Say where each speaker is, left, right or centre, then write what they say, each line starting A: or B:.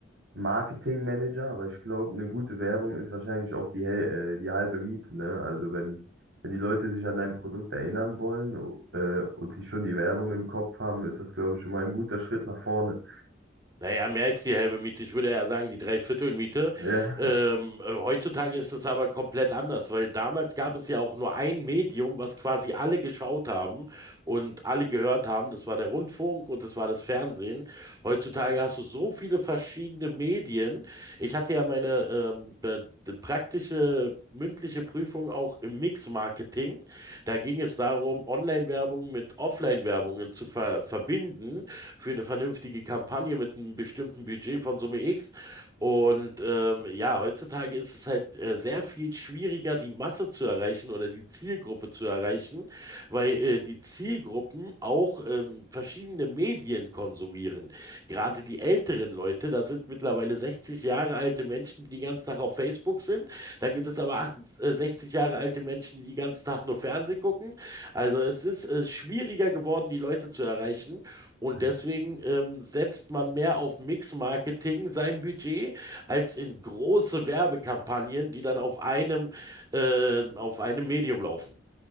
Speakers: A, on the right; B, on the right.
A: Marketingmanager, aber ich glaube, eine gute Werbung ist wahrscheinlich auch die, hel- äh, die halbe Miete, ne? Also wenn, wenn die Leute sich an dein Produkt erinnern wollen, äh, und sie schon die Werbung im Kopf haben, ist das, glaube ich, schon mal ein guter Schritt nach vorne.
B: Naja, mehr als die halbe Miete. Ich würde eher sagen, die Dreiviertelmiete.
A: <laughs> Ja,
B: Ähm, äh, heutzutage ist es aber komplett anders, weil damals gab es ja auch nur ein Medium, was quasi alle geschaut haben und alle gehört haben. Das war der Rundfunk und das war das Fernsehen. Heutzutage hast du so viele verschiedene Medien. Ich hatte ja meine ähm, be- de- praktische mündliche Prüfung auch im Mix-Marketing. Da ging es darum, Online-Werbung mit Offline-Werbungen zu ver verbinden für eine vernünftige Kampagne mit einem bestimmten Budget von Summe X. Und ähm, ja, heutzutage ist es halt äh, sehr viel schwieriger, die Masse zu erreichen oder die Zielgruppe zu erreichen, weil äh, die Zielgruppen auch ähm, verschiedene Medien konsumieren. Gerade die älteren Leute, das sind mittlerweile 60 Jahre alte Menschen, die den ganzen Tag auf Facebook sind. Dann gibt es aber acht- äh, 60 Jahre alte Menschen, die den ganzen Tag nur Fernsehen gucken. Also es ist äh, schwieriger geworden, die Leute zu erreichen. Und
A: Hm.
B: deswegen ähm, setzt man mehr auf Mix-Marketing sein Budget als in große Werbekampagnen, die dann auf einem, äh, auf einem Medium laufen.